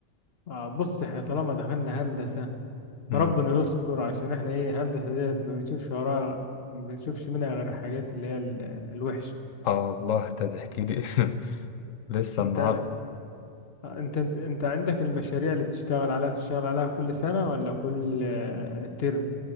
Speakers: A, on the left; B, on the left.
A: آه بص احنا طالما دخلنا هندسه
B: مم.
A: فربنا يستر عشان احنا ايه هندسه ديت ما بنشوفش وراها ما بنشوفش منها غير الحاجات اللي هي ال- الوحشه
B: آه الله ده تحكي لي <laughs> لسه
A: انت
B: النهاردة
A: آه، انت انت عندك المشاريع اللي بتشتغل عليها بتشتغل عليها كل سنة ولا كل آه، ترم